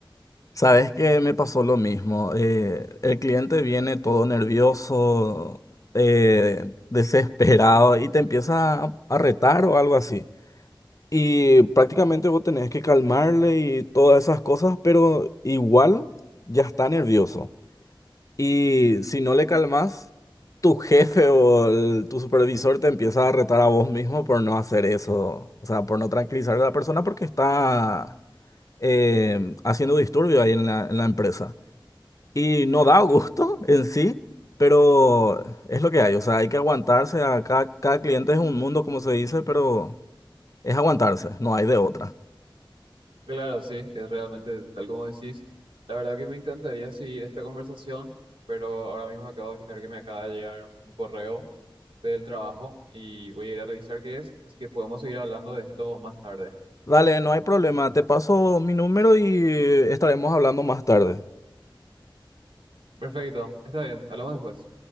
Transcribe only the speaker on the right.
Claro, sí, es realmente tal como decís. La verdad que me encantaría seguir esta conversación, pero ahora mismo me acabo de fijar que me acaba de llegar un correo del trabajo y voy a ir a revisar qué es, así que podemos seguir hablando de esto más tarde.
Perfecto, está bien, hablamos después.